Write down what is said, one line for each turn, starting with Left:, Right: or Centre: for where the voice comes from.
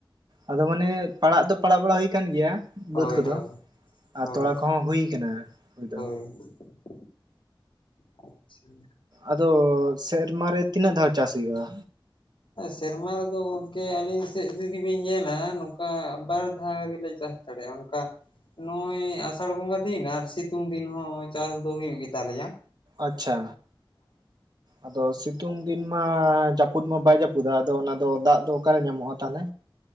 Right: ᱟᱫᱚ ᱢᱟᱱᱮ ᱯᱟᱲᱟᱜ ᱫᱚ ᱯᱟᱲᱟᱜ ᱵᱟᱲᱟ ᱦᱩᱭ ᱟᱠᱟᱱ ᱜᱮᱭᱟ᱾
Left: ᱦᱳᱭ
Right: ᱵᱟᱹᱫᱽ ᱠᱚᱫᱚ
Left: ᱦᱳᱭ
Right: ᱟᱨ
Left: ᱦᱳᱭ
Right: ᱛᱚᱲᱟ ᱠᱚᱦᱚᱸ ᱦᱩᱭ ᱠᱟᱱᱟ ᱦᱩᱭ ᱫᱚ᱾
Left: <inaudible> ᱟᱪᱪᱷᱟ ᱾
Right: ᱟᱫᱚ ᱥᱮᱨᱢᱟ ᱨᱮ ᱛᱤᱱᱟᱹᱜ ᱫᱷᱟᱣ ᱪᱟᱥ ᱦᱩᱭᱩᱜᱼᱟ?
Left: ᱥᱮᱨᱢᱟ ᱨᱮᱫᱚ ᱜᱚᱝᱠᱮ ᱟᱹᱞᱤᱧ ᱥᱮᱫ ᱡᱩᱫᱤ ᱵᱤᱱ ᱧᱮᱞᱟ ᱱᱚᱝᱠᱟ ᱵᱟᱨ ᱫᱷᱟᱣ ᱜᱮᱞᱮ ᱪᱟᱥ <unintelligible> ᱚᱱᱠᱟ᱾ ᱱᱚᱸᱜᱼᱚᱭ ᱟᱥᱟᱲ ᱵᱚᱸᱜᱟ ᱫᱤᱱ ᱟᱨ ᱥᱤᱛᱩᱝ ᱫᱤᱱ ᱦᱚᱸ ᱪᱟᱥ ᱫᱚ ᱦᱩᱭᱩᱜ ᱜᱮ ᱛᱟᱞᱮᱭᱟ᱾
Right: ᱟᱪᱪᱷᱟ ᱟᱫᱚ ᱥᱤ ᱛᱩᱝ ᱫᱤᱱ ᱢᱟ ᱡᱟᱹᱯᱩᱫ ᱢᱟ ᱵᱟᱭ ᱡᱟᱹᱯᱩᱫᱟ, ᱟᱫᱚ ᱚᱱᱟ ᱫᱚ ᱫᱟᱜ ᱫᱚ ᱚᱠᱟᱨᱮ ᱧᱟᱢᱚᱜᱼᱟ ᱛᱟᱦᱚᱞᱮ?